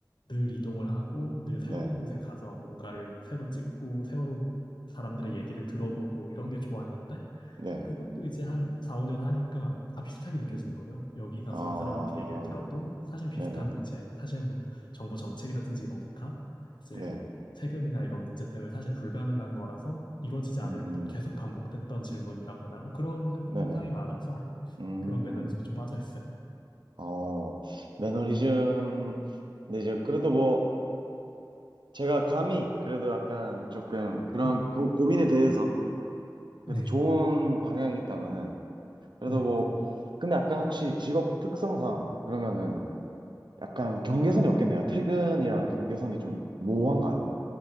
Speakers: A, on the left (about 80°); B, on the right (about 80°).
A: 늘 이동을 하고 늘 새로운
B: 네.
A: 곳에 가서 뭔가를 새로 찍고 새로 사람들의 얘기를 들어보고 이런 게 좋았는데
B: 네.
A: 그것도 이제 한 4, 5년 하니까 다 비슷하게 느껴지는 거예요. 여기 가서
B: 아,
A: 이 사람한테 얘기를 들어도 사실 비슷한
B: 네네.
A: 문제, 사실 뭐 정부 정책이라든지 이런 게 다 이제
B: 네.
A: 세금이나 이런 문제 때문에 사실 불가능한 거라서 이루어지지 않을
B: 음,
A: 뿐 계속 반복됐던 질문이라거나 뭐 그런 현-
B: 네네.
A: 현상이 많아서
B: 음,
A: 그런 매너리즘이 좀 빠져 있어요.
B: 어, 매너리즘. 근데 이제 그래도 뭐, 제가 감히 그래도 약간 조금 그런
A: <laughs>
B: 고, 고민에 대해서
A: 네,
B: 그래도 좋은 방향이 있다면은 그래도
A: 네,
B: 뭐 근데 약간 혹시 직업 특성상 그러면은 약간 경계선이 없겠네요. 퇴근이랑 경계선이 좀 모호한가요?